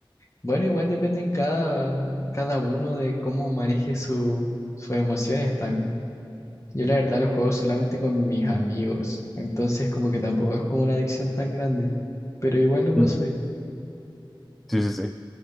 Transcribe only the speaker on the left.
Bueno, igual depende en cada, en cada uno de cómo maneje su, sus emociones también. Yo la verdad lo juego solamente con mis amigos, entonces como que tampoco es como una adicción tan grande, pero igual lo paso
bien.